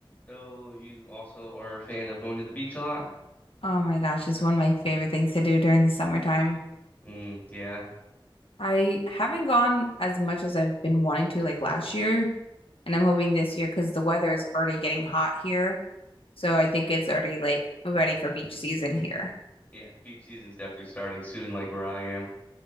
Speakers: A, on the left; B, on the left.
A: So you also are a fan of going to the beach a lot?
B: Oh my gosh, it's one of my favorite things to do during the summertime.
A: Mm, yeah.
B: I haven't gone as much as I've been wanting to like last year, and I'm hoping this year because the weather is already getting hot here. So I think it's already like ready for beach season
A: <laughs>
B: here.
A: Yeah, beach season's definitely starting soon, like where I am.